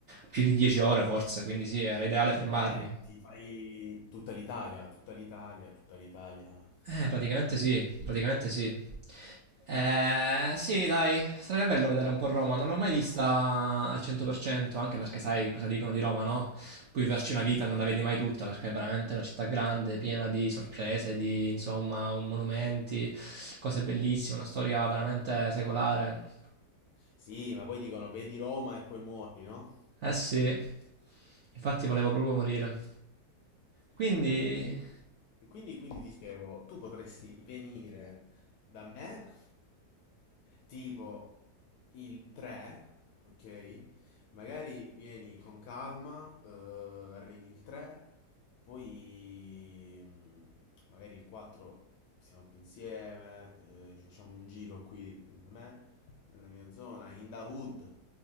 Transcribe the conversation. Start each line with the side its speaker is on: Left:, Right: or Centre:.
Right: più di 10 ore forse, quindi sì, era ideale fermarmi.
Left: eh, ti fai tutta l'Italia, tutta l'Italia, tutta l'Italia.
Right: Eh, praticamente sì, praticamente sì. Eh, sì, dai, sarebbe bello vedere un po' Roma, non l'ho mai vista al 100%, anche perché sai cosa dicono di Roma, no? Puoi viverci una vita e non la vedi mai tutta, perché è veramente una città grande, piena di sorprese, di insomma
Left: Sì.
Right: monumenti, cose bellissime, una storia veramente secolare.
Left: Sì, ma poi dicono vedi Roma e poi muori, no?
Right: Eh sì, infatti voleva proprio morire. Quindi...
Left: E quindi, e quindi, quindi dicevo, tu potresti venire da me tipo il 3, ok? Magari vieni con calma, eh, arrivi il 3, poi mm, magari il 4 stiamo più insieme, eh, ci facciamo un giro qui da me, nella mia zona, in the hood.